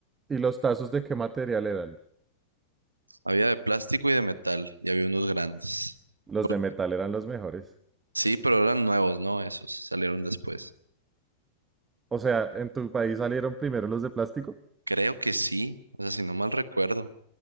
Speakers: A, on the right; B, on the right.
A: ¿Y los tazos de qué material eran?
B: Había de plástico y de metal y había unos grandes.
A: Los
B: Por-
A: de metal eran los mejores.
B: Sí, pero eran nuevos, ¿no? Esos salieron después.
A: O sea, ¿en tu país salieron primero los de plástico?
B: Creo que sí, o sea, si no mal recuerdo.